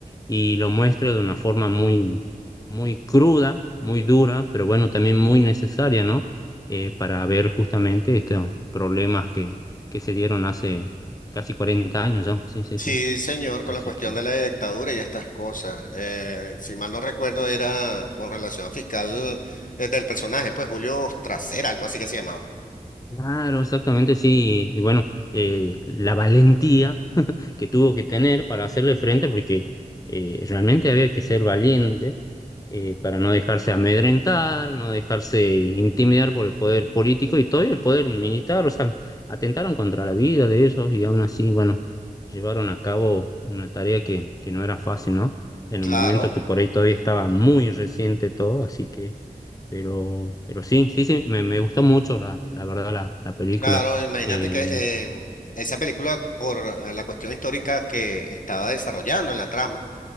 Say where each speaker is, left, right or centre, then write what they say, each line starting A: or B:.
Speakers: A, on the left; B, on the left.
A: y lo muestro de una forma muy, muy cruda, muy dura, pero bueno, también muy necesaria, ¿no? Eh, para ver justamente estos problemas que, que se dieron hace casi 40 años ya, sí, sí,
B: sí,
A: sí.
B: señor,
A: Así
B: con la cuestión
A: que,
B: de la dictadura y estas cosas. Eh, si mal no recuerdo, era con relación a fiscal eh, del personaje, pues Julio Trasera, algo así que se llamaba.
A: claro, exactamente, sí. Y bueno, eh, la valentía que tuvo que tener para hacerle frente, porque eh, realmente había que ser valiente. eh, para no dejarse amedrentar, no dejarse intimidar por el poder político y todo y el poder militar, o sea, atentaron contra la vida de ellos y aún así, bueno, llevaron a cabo una tarea que, que no era fácil, ¿no? En
B: Claro,
A: un momento que por ahí todavía estaba muy reciente todo, así que, pero, pero sí, sí, sí, me, me gustó mucho la, la verdad la, la película.
B: claro, imagínate
A: Eh,
B: que em, esa película, por eh, la cuestión histórica que estaba desarrollando en la trama,